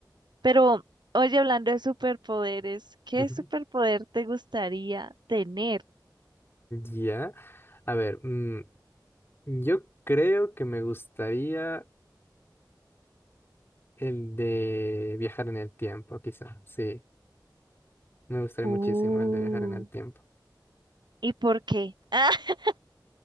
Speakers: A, on the right (about 75°); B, on the left (about 30°).
A: Pero, oye, hablando de superpoderes, ¿qué
B: Ujú.
A: superpoder te gustaría tener?
B: Ya. A ver, mm, yo creo que me gustaría el de viajar en el tiempo, quizá. Sí, me gustaría
A: Uh,
B: muchísimo el de viajar en el tiempo.
A: ¿y por qué? <laughs>